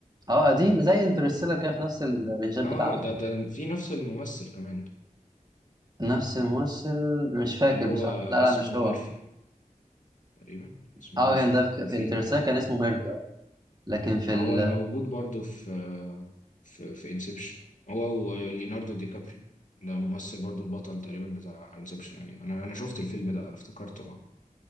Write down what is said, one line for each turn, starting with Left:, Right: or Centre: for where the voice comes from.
Right: قديم زي انترستيلر كده في نفس الرنجات
Left: اه
Right: بتاعته
Left: ده ده في نفس الممثل كمان
Right: نفس الممثل مش فاكر
Left: اللي هو
Right: بصراحه لا
Left: اسمه
Right: لا مش هو
Left: ميرفي تقريبا اسمه
Right: اه
Left: ميرفي
Right: كان ده في
Left: وفي
Right: في انترستيلر كان اسمه ميرفي اه لكن في
Left: ما
Right: ال
Left: هو الموجود برضه في في في انسبشن هو وليوناردو دي كابريو ده ممثل برضه البطل تقريبا بتاع انسبشن يعني انا انا شفت الفيلم ده انا افتكرته